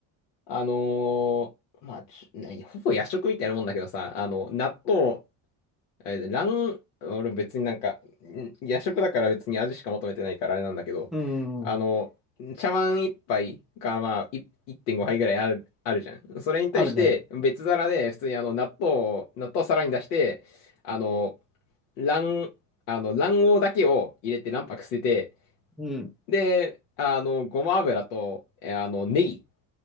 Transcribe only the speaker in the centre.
うんうんうん。
あるね。
うん。